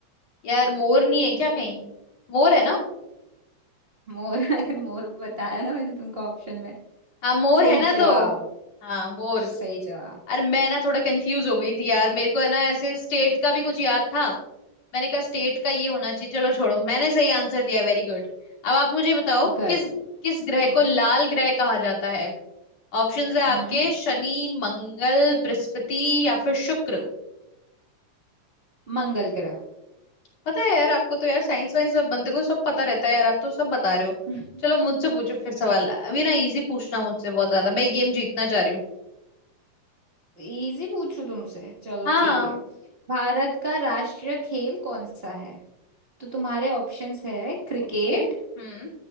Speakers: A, on the left (about 60°); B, on the right (about 30°).
A: यार मोर नहीं है क्या कहीं मोर है ना
B: मोर <laughs> अरे मोर बताया ना मैंने तुमको ऑप्शन में
A: हाँ मोर
B: सही
A: है ना
B: जवाब
A: तो हाँ मोर
B: सही जवाब
A: अरे मैं ना थोड़ा कंफ्यूज हो गई थी यार मेरे को है ना ऐसे स्टेट का भी कुछ याद था मैंने कहा स्टेट का ये होना चाहिए चलो छोड़ो मैंने सही आंसर दिया वेरी गुड अब आप मुझे बताओ
B: गुड
A: किस किस ग्रह
B: हाँ
A: को लाल ग्रह कहा जाता है ऑप्शंस है आपके
B: हम्म
A: शनि मंगल बृहस्पति या फिर शुक्र
B: मंगल ग्रह
A: पता है यार आपको तो यार साइंस वाइंस सब बंदे को सब पता रहता है यार आप तो सब बता रहे हो
B: <laughs>
A: चलो मुझसे पूछो फिर सवाल अभी ना इजी पूछना मुझसे बहुत ज्यादा मैं गेम जीतना चाह रही हूँ
B: इजी पूछू तुमसे चलो
A: हाँ
B: ठीक है भारत का राष्ट्रीय खेल कौन सा है तो तुम्हारे ऑप्शंस है क्रिकेट
A: ओके हम्म